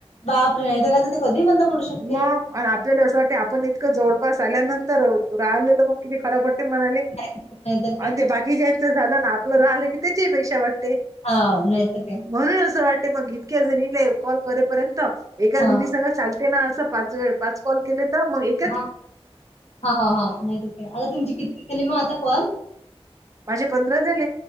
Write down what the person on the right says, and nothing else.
मग आणि आपल्याला असं वाटतं आपण इतकं जवळपास आल्यानंतर राहिलेलं मग किती खराब वाट ते म्हणाले
आणि
ते बाकी ज्यांच झालं ना आपलं राहिलं की त्याचीपेक्षाही वाटते.
म्हणून असं वाटते मग इतक्या जणीले कॉल करेपर्यंत एका
जणी संग चालते ना असं पाच व पाच कॉल केले तर मग एक
माझे पंधरा झाले